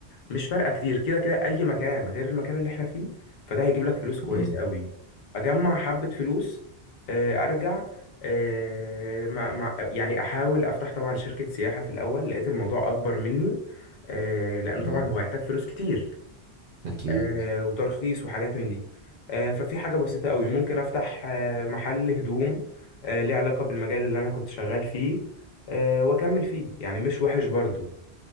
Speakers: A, on the left; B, on the right.
A: مش فارقه كتير كده كده اي مكان غير المكان اللي احنا فيه فده هيجيب لك فلوس كويسه
B: مم.
A: قوي اجمع حبه فلوس آه، ارجع آه، مع مع يعني احاول افتح طبعا شركه سياحه في الاول لقيت الموضوع اكبر مني آه، لان طبعا
B: مم.
A: هو هيحتاج فلوس كتير
B: أكيد
A: آه، وترخيص وحاجات من دي آه، ففي حاجة بسيطة قوي ممكن أفتح آه، محل هدوم آه، ليه علاقة بالمجال اللي أنا كنت شغال فيه آه، وأكمل فيه يعني مش وحش برضو